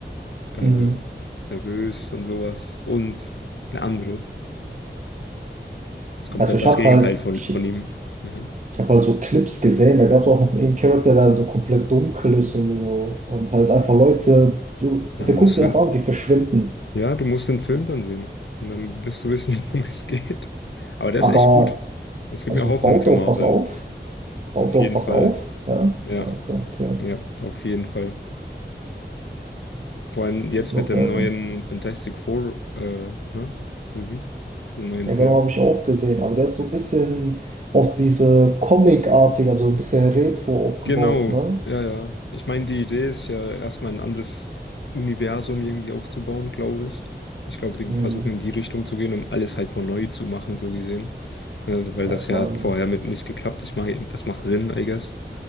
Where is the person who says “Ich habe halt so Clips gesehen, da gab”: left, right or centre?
Right